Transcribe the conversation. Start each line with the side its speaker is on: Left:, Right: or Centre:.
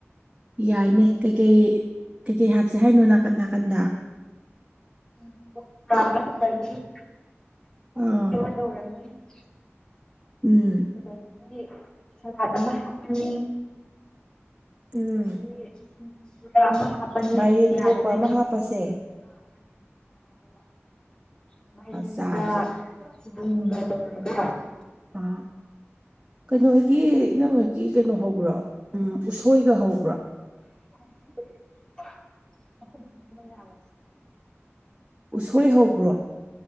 Right: ꯌꯥꯏꯅꯦ ꯀꯩꯀꯩ ꯀꯩꯀꯩ ꯍꯥꯞꯁꯦ ꯍꯥꯏꯅꯣ ꯅꯥꯀꯟ ꯅꯥꯀꯟꯗ꯫
Left: <inaudible>
Right: ꯑꯥ ꯎꯝ
Left: ꯑꯗꯒꯤꯗꯤ ꯁꯂꯥꯠ ꯑꯃ ꯍꯥꯞꯄꯅꯤ꯫
Right: ꯎꯝ
Left: ꯑꯗꯒꯤ ꯁꯤꯡꯖꯨꯔꯥ ꯑꯃ ꯍꯥꯞꯄꯅꯤ
Right: ꯃꯥꯏꯔꯦꯟ
Left: ꯌꯥꯔꯦ
Right: ꯊꯣꯡꯕ
Left: ꯀꯩꯅꯣ꯫
Right: ꯑꯃ ꯍꯥꯞꯄꯁꯦ
Left: <inaudible> <inaudible>
Right: ꯆꯥꯔꯁꯦ <unintelligible> ꯀꯩꯅꯣ ꯍꫭꯏꯒꯤ ꯏꯅꯃꯍꯣꯏꯒꯤ ꯀꯩꯅꯣ ꯍꯧꯕ꯭ꯔꯥ ꯎꯝ ꯎꯁꯣꯏꯒ ꯍꯧꯕ꯭ꯔꫭ꯫
Left: <inaudible>
Right: ꯎꯁꯣꯏ ꯍꯧꯕ꯭ꯔꯣ꯫